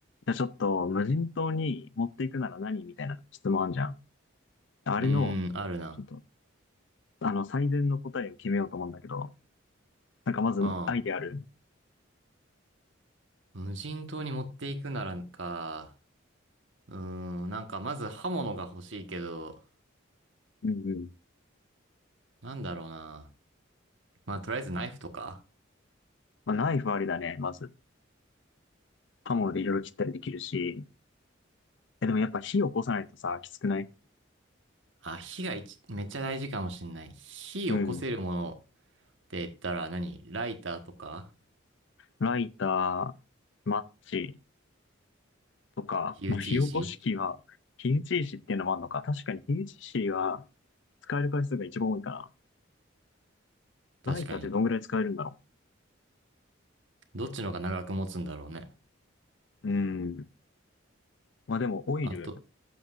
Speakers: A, on the left; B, on the right.
A: じゃあちょっと、無人島に持っていくなら何みたいな質問あんじゃん。あれの、
B: うーん、あるな。
A: ちょっと、あの、最善の答えを決めようと思うんだけど、なんかまず、
B: うん。
A: アイデアある。
B: 無人島に持っていくならか。うーん、なんかまず刃物が欲しいけど、
A: うんうん。
B: なんだろうな。まあ、とりあえずナイフとか
A: まあ、ナイフありだね、まず。刃物でいろいろ切ったりできるし。え、でもやっぱ火を起こさないとさ、きつくない
B: あ、火が一めっちゃ大事かもしんない。火起こせるもの
A: うん。
B: って言ったら何ライターとか
A: ライター、マッチとか、
B: 火打ち石
A: まあ、火起こし器は、火打ち石っていうのもあるのか。確かに火打ち石は、使える回数が一番多いか
B: 確かに。
A: な。ライターってどんぐらい使えるんだろ
B: どっちの方が長く持つんだろうね。
A: う。うん。まあでも、オイル。
B: あと、